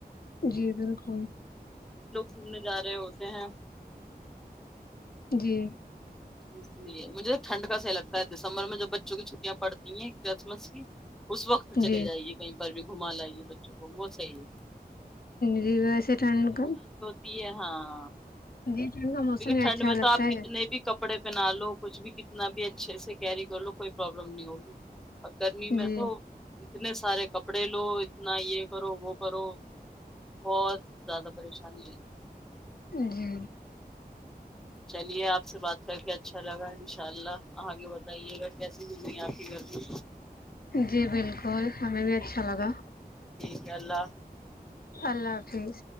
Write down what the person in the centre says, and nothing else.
گومنے جا رہے ہوتے ہیں
اس لیے مجھے ٹھنڈ کا صح لگتا ہے دسمبر میں جب بچوں کی چھٹیاں پڑتی ہیں کرسمس کی اس وقت چے
جائیے کہیں بھی گھما لاائیے بچوں کو وہ صحیح ہے
پ ہاں
کیونکہ
ٹھنڈ
میں تو
آپ کتنے
بھی کپڑے پہنا لو کچھ بھی کتنا بھی اچھے سے کیری کر لو کوئی پرابلم نہیں ہوگی اور گرمی میں
تو اتنے سارے کپڑے لو اتنا یہ کرو وہ کرو بہت زیادہ پریشانی ہوتی ہے
چلیے آپ سے بات کر کے اچھا لگا انشاء اللہ آگے بتائیے گا کیسی زندی ہے آپ کے گھر میں
گ ال